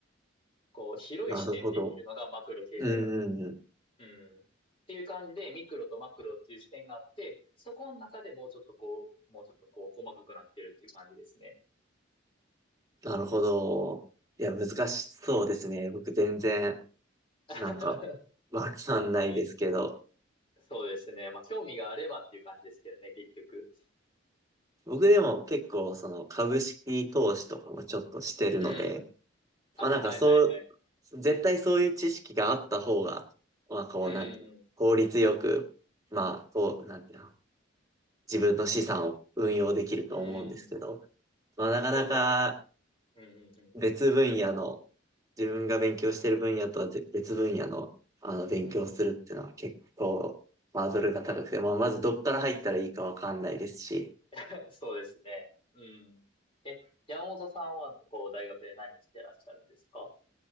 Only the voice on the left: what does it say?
こう広い視点で見るのがマクロ経済学なんですよ。
うん。っていう感じで、ミクロとマクロっていう視点があって、そこの中でもうちょっとこう、もうちょっとこう、細かくなってるっていう感じですね。
<laughs>
うん、そうですね。まあ、興味があればっていう感じですけどね、結局。
うん。はいはいはいはい。
うん
うんうん。うんうんうん。
そうですね。うんうん
うん。うん。
<laughs> そうですね。うん。え、山本さんは、こう、大学で何してらっしゃるんですか